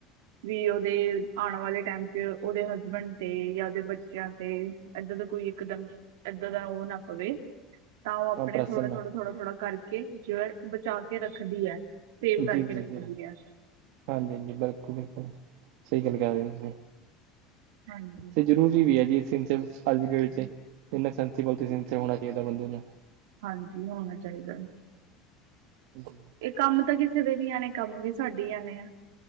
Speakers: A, on the right (about 80°); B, on the right (about 65°).
A: ਵੀ ਉਹਦੇ ਆਉਣ ਵਾਲੇ ਟਾਈਮ ਚ ਉਹਦੇ ਹਸਬੈਂਡ ਤੇ, ਜਾਂ ਉਹਦੇ ਬੱਚਿਆਂ ਤੇ, ਏਦਾਂ ਦਾ ਕੋਈ ਇਕਦਮ, ਏਦਾਂ ਦਾ ਉਹ ਨਾ ਹੋਵੇ, ਤਾਂ ਉਹ ਆਪਣੇ
B: ਹਾਂ ਪ੍ਰਸਨ
A: ਥੋੜ੍ਹਾ
B: ਨਾਲ
A: ਥੋੜ੍ਹਾ ਥੋੜਾ ਥੋੜਾ ਕਰਕੇ ਜੋ ਬਚਾ ਕੇ ਰੱਖਦੀ ਹੈ। ਸੇਵ ਕਰਕੇ
B: ਜੀ ਜੀ
A: ਰੱਖਦੀ
B: ਜੀ।
A: ਹੈ
B: ਹਾਂਜੀ ਹਾਂਜੀ ਬਿਲਕੁਲ ਬਿਲਕੁਲ, ਸਹੀ ਗੱਲ ਕਹਿ ਰਹੇ ਹੋ ਤੁਸੀਂ।
A: ਹਾਂਜੀ
B: ਤੇ ਜਰੂਰੀ ਵੀ ਹੈ ਜੀ ਸਿੰ ਹਾਂਜੀ ਵੀਰਜੀ, ਇੰਨਾ ਸੇਨਸੀਬਲ ਤੇ ਹੋਣਾ ਚਾਹੀਦਾ ਬੰਦੇ ਨੂੰ।
A: ਹਾਂਜੀ ਹੋਣਾ ਚਾਹੀਦਾ ਹੈ।
B: ਜੀ <unintelligible>
A: ਇਹ ਕੰਮ ਤਾਂ ਕਿਸੇ ਦੇ ਵੀ ਆਣੇ, ਕੰਮ ਵੀ ਸਾਡੇ ਆਣੇ ਆ।